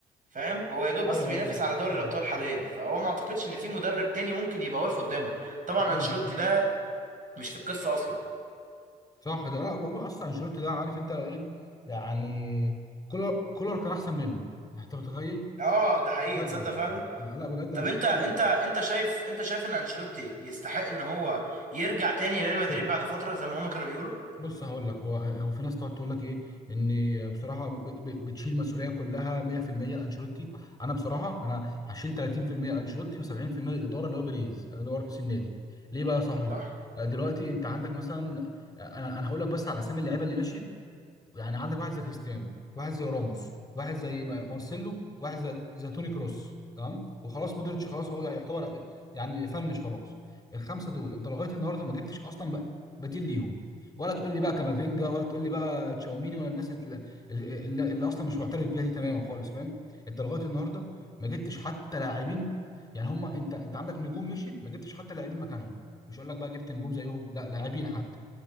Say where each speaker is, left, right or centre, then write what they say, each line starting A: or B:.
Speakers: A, on the right (about 45°); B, on the left (about 20°).
A: فاهم هو يا دوب بس
B: ايوه
A: بينافس على دوري
B: مم.
A: الابطال حاليا فهو ما اعتقدش ان في مدرب تاني ممكن يبقى واقف قدامه طبعا
B: أيوة.
A: انشيلوتي ده مش في القصه اصلا
B: صح ده لا بقى- اصلا انشيلوتي ده عارف انت ايه يعني كولر كولر كان احسن منه يعني انت متخيل
A: اه ده حقيقي
B: بجد
A: تصدق
B: والله
A: فعلا
B: لا بجد
A: طب
B: انشيلوتي
A: انت انت انت شايف انت شايف ان انشيلوتي يستحق ان هو يرجع تاني ريال مدريد
B: بص
A: بعد فتره زي ما هما كانوا بيقولوا
B: بص هقول لك هو هو في ناس تقعد تقول لك ايه ان بصراحه ب- ب- بتشيل مسؤوليه كلها 100% انشيلوتي انا بصراحه انا هشيل 30% انشيلوتي و70% الاداره اللي هو بيريز اللي هو رئيس النادي ليه بقى يا صاحبي
A: صح
B: آه، دلوقتي انت عندك مثلا آه، انا انا هقول لك بس على اسامي اللعيبه اللي مشيت يعني عندك واحد زي كريستيانو واحد زي راموس واحد زي مارسيلو واحد زي, زي توني كروس تمام وخلاص مودريتش خلاص هو يعتبر يعني فنش خلاص الخمسه دول انت لغايه النهارده ما جبتش اصلا بق- بديل ليهم ولا تقول لي بقى كامافينجا ولا تقول لي بقى تشاوميني ولا الناس اللي, اللي, اللي اصلا مش معترف بيها دي تماما خالص فاهم انت لغايه النهارده ما جبتش حتى لاعبين يعني هم انت انت عندك نجوم مشيت ما جبتش حتى لاعبين مكانهم مش هقول لك بقى جبت نجوم زيهم لا لاعبين حتى